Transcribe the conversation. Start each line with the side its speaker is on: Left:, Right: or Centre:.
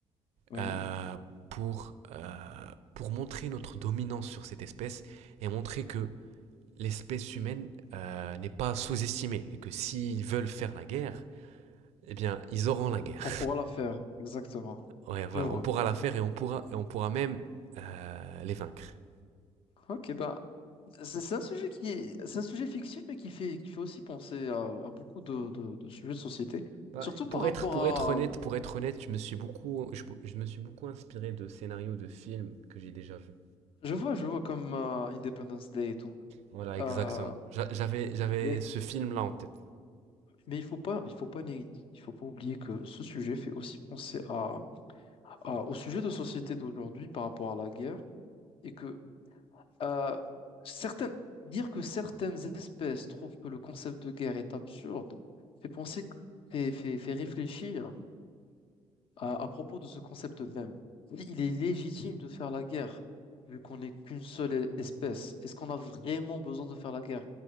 Left: Oui,
Right: euh, pour, euh, pour montrer notre dominance sur cette espèce et montrer que l'espèce humaine euh, n'est pas sous-estimée et que s'ils veulent faire la guerre, eh bien, ils auront la guerre.
Left: on pourra la faire, exactement.
Right: Ouais, voilà,
Left: Je vois.
Right: on pourra la faire et on pourra, et on pourra même euh, les vaincre.
Left: Ok, bah, c'est c'est un sujet qui est, c'est un sujet fictif, mais qui fait, qui fait aussi penser à, à beaucoup de, de, de sujets de société.
Right: Bah,
Left: Surtout par
Right: pour
Left: rapport
Right: être, pour
Left: à,
Right: être honnête, pour être honnête, je me suis beaucoup, je, je me suis beaucoup inspiré de scénarios de films que j'ai déjà vus.
Left: Je vois, je vois comme euh, Independence Day et tout.
Right: Voilà, exactement.
Left: Euh,
Right: J'avais, j'avais
Left: mais
Right: ce film-là en tête.
Left: mais il faut pas, il faut pas, né- il faut pas oublier que ce sujet fait aussi penser à, à- au sujet de société d'aujourd'hui par rapport à la guerre et que euh, certaines, dire que certaines espèces trouvent que le concept de guerre est absurde fait penser, que- fait, fait, fait réfléchir À, à propos de ce concept même, si il est légitime de faire la guerre, vu qu'on n'est qu'une seule e- espèce. Est-ce qu'on a vraiment besoin de faire la guerre?